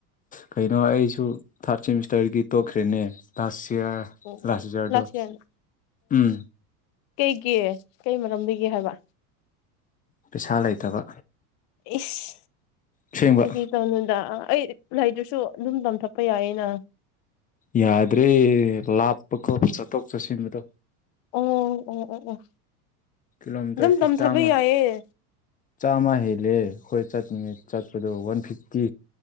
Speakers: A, on the left; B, on the left.
A: ꯀꯩꯅꯣ ꯑꯩꯁꯨ ꯊꯥꯔꯠ ꯁꯦꯃꯤꯁꯇꯔꯒꯤ ꯇꯣꯛꯈ꯭ꯔꯦꯅꯦ ꯂꯥꯁ ꯍꯌꯥꯔ
B: ꯎꯝ
A: ꯂꯥꯁ
B: ꯎꯝ
A: ꯍꯖꯔꯗꯣ
B: ꯏꯌꯥꯔꯅ
A: ꯎꯝ
B: ꯀꯩꯒꯤ ꯀꯩ ꯃꯔꯝꯒꯦ ꯍꯥꯏꯕ
A: ꯄꯩꯁꯥ ꯂꯩꯇꯕ
B: ꯏꯁ
A: ꯑꯁꯦꯡꯕ
B: ꯐꯒ ꯇꯅꯗ ꯑꯩ ꯂꯩꯗꯨꯁꯨ ꯑꯗꯨꯝ ꯇꯝꯊꯠꯄ ꯌꯥꯏꯌꯦꯩꯅ
A: ꯌꯥꯗ꯭ꯔꯦ ꯂꯥꯞꯄ ꯀꯞ ꯆꯠꯊꯣꯛ ꯆꯠꯁꯤꯟꯕꯗꯣ
B: ꯑꯣ ꯑꯣ ꯑꯣ ꯑꯣ
A: ꯀꯤꯂꯣꯃꯤꯇꯔꯁꯤ
B: ꯑꯗꯨꯝ ꯇꯝꯊꯕ
A: ꯆꯥꯃ
B: ꯌꯥꯏꯌꯦ
A: ꯆꯥꯃ ꯍ ꯂꯩꯦ ꯍꯣꯏ ꯆꯠꯅꯤꯡꯅꯦ ꯆꯠꯄꯗꯣ ꯋꯥꯟ ꯐꯤꯐꯇꯤ